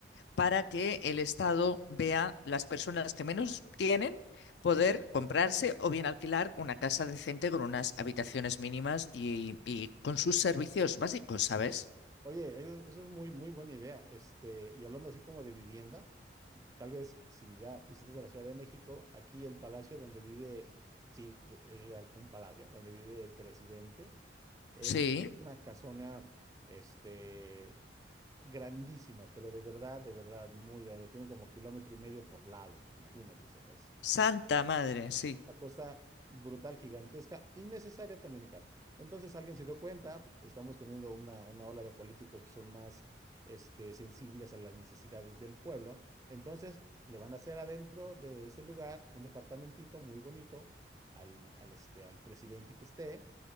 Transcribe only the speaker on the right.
Oye, eso, eso es muy, muy buena idea. Este, y hablando así como de vivienda. Tal vez si ya visitas a la Ciudad de México, aquí el palacio donde vive, sí, re- es real, un palacio donde vive el presidente, es
una casona, este, grandísima, pero de verdad, de verdad, muy grande. Tiene como kilómetro y medio por lado, imagínate, o sea, es
una cosa brutal, gigantesca, innecesaria también y cara. Entonces alguien se dio cuenta, estamos teniendo una, una ola de políticos que son más este, sensibles a las necesidades del pueblo. Entonces le van a hacer adentro de ese lugar un departamentito muy bonito al, al, este, al presidente que esté.